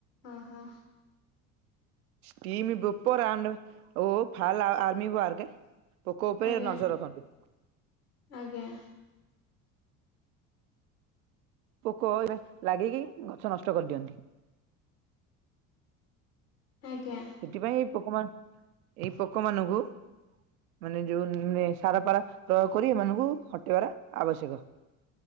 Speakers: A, on the left (about 75°); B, on the right (about 80°).
A: ଅହଃ।
B: ଟିମ ବ୍ରୋପର ଆଣ୍ଡ ଓ ଫାଲ ଆର୍ମି ୱାର୍କ ପୋକ ଉପରେ
A: ଆଜ୍ଞା
B: ନଜର ରଖନ୍ତୁ।
A: ଆଜ୍ଞା।
B: ପୋକ ଲାଗିକି ଗଛ ନଷ୍ଟ କରିଦିଅନ୍ତି।
A: ଆଜ୍ଞା।
B: ସେଥିପାଇଁ ଏଇ ପୋକ ମାନ ଏଇ ପୋକମାନଙ୍କୁ ମାନେ ଯୋଉ ନେ ସାର ପାର ପ୍ରୟୋଗ କରି ଏମାନଙ୍କୁ ହଟେଇବାର ଆବଶ୍ୟକ।